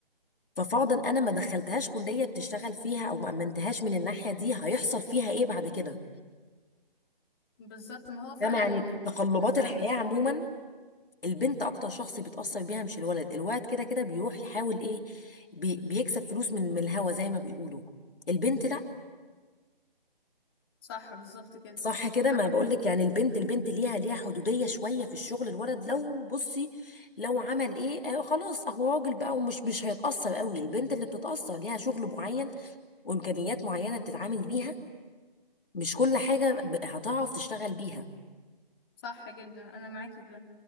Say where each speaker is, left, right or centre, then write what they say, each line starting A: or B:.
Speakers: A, on the left; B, on the left.
A: ففرضا انا ما دخلتهاش كليه بتشتغل فيها او ما امنتهاش من الناحيه دي هيحصل فيها ايه بعد كده
B: بالظبط ما هو فعلا
A: فاهمه يعني تقلبات
B: فعلا
A: الحياه
B: كده
A: عموما البنت اكتر شخص بيتاثر بيها مش الولد الولد كده كده بيروح يحاول ايه بي بيكسب فلوس من من الهوا زي ما بيقولوا البنت لا
B: صح بالظبط كده
A: صح كده ما
B: عشان
A: بقولك يعني البنت البنت ليها ليها حدودية شوية في الشغل الولد لو بصي لو عمل ايه آه خلاص هو راجل بقى ومش مش هيتأثر قوي البنت اللي بتتأثر ليها شغل معين وإمكانيات معينة بتتعامل بيها مش كل حاجة ب- هتعرف تشتغل بيها
B: صح جدا انا معاكي في ده